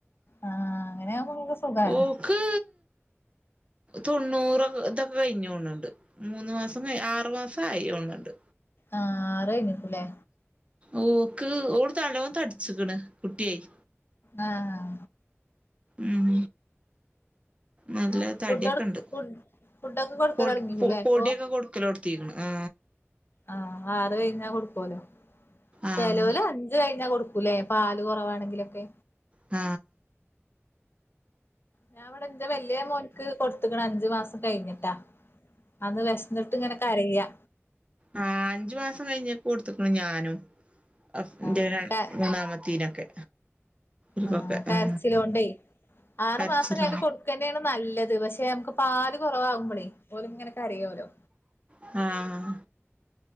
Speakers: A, on the left (about 50°); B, on the right (about 25°).
A: ആഹ് അങ്ങനെയാവുമ്പോ ഇങ്ങക്ക് സുഖാണ്
B: ഓക്ക് തൊണ്ണൂറൊ ഇതൊക്കെ കഴിഞ്ഞോൺ ണ്ട് മൂന്ന് മാസം ആറു മാസം ആയിഓ ന്നുണ്ട്
A: ആ ആറേഞ്ക്കും ല്ലേ
B: ഓക്ക് ഓള് തലോ തടിച്ചിക്ക്ണ് കുട്ടിയേയ്
A: ആ ആ
B: ഉം നല്ല തട്യൊക്കണ്ട്
A: ഫുഡൊട് ഫുഡ് ഫുഡൊക്കെ കൊടുക്കലൊടങ്ങീക്കുല്ലേ
B: പൊട് പൊ പൊടിയൊക്കെ
A: ഇപ്പൊ
B: കൊടുക്കലോടുത്തീക്കണോ ആ
A: ആഹ് ആറ് കഴിഞ്ഞാ കൊടുക്കോലോ
B: ആഹ്
A: ചെലോല് അഞ്ചു കഴിഞ്ഞാ കൊടുക്കൂല്ലേ പാല് കൊറവാണെങ്കില ക്കെ
B: ആ
A: ഞാവിടെ ന്റെ വല്യേ മോൻക്ക് കൊടുത്ത്ക്ക്ണഞ്ചു മാസം കയിഞ്ഞിട്ടാ അന്ന് വിശന്നിട്ട് ഇങ്ങനെ കരയ
B: അ ആ അഞ്ചു മാസം കയ്ഞ്ഞേക്കൊടുത്തക്കുണു ഞാനും <unintelligible>
A: ആഹ്
B: മൂന്നാമത്തീനൊക്കെ ഇപ്പൊക്കെ
A: ആഹ് കരച്ചിലോണ്ടേ
B: എ
A: ആറു
B: കരച്ചില
A: മാസം കഴിഞ്ഞിട്ട് കൊടുക്കന്നെയാണ് നല്ലത് പക്ഷെ നമുക്ക് പാല് കുറവാകുമ്പോളേ ഓല് ഇങ്ങനെ കരയോലോ
B: ആഹ